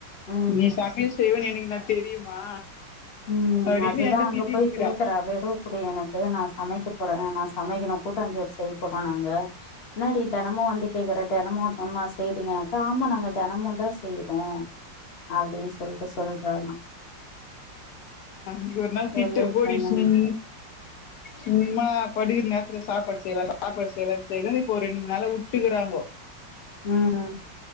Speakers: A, on the left; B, on the left.
A: ம்
B: நீ சமையல் செய்வனு எனக்கு என்ன தெரியுமா
A: ம்
B: அப்டின்னு
A: அதுதா
B: என்ன
A: அங்க
B: திட்டினுக்கிறா
A: போய் கேக்குறா வெறவு குடு எனக்கு நா சமைக்க போறோ நா சமைக்கணு கூட்டாஞ்சோர் செய்ய போறோ நாங்க என்னாடி தெனமு வந்து கேக்குற தெனமும்மா செய்றீங்கன்னாக்கா ஆமா நாங்க தெனமுதா செய்றோ அப்டின்னு சொல்ட்டு சொல்றாலா
B: அன்னைக்கு ஒரு நாள்
A: சொல்லிட்ருந்தாங்க
B: திட்டு போடி சும் சும்மா படிக்குற நேரத்துல சாப்பாடு செய்லா சாப்பாடு செய்லா செய்லா இப்போ ஒரு ரெண்டு மூண் நாள உட்டுகுறாங்கோ
A: ம்